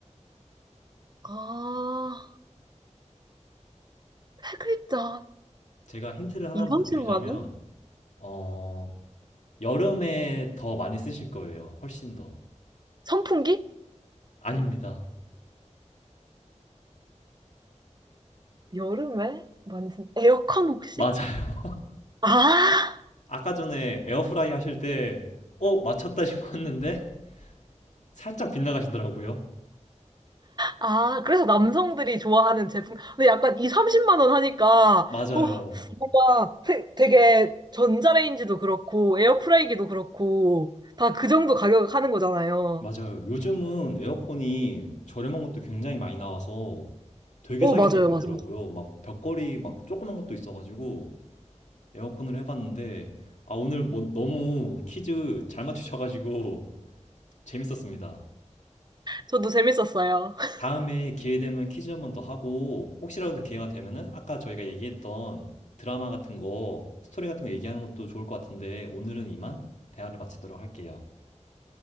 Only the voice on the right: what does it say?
아, 세 글자.
2, 30만
원?
선풍기?
여름에 많이 쓴 에어컨 혹시?
아,
아, 그래서 남성들이 좋아하는 제품. 근데 약간 2, 30만 원 하니까,
오, 뭔가 세- 되게 전자레인지도 그렇고, 에어프라이기도 그렇고, 다 그 정도 가격 하는 거잖아요.
오,
맞아요,
맞아요.
저도 재밌었어요. <laughs>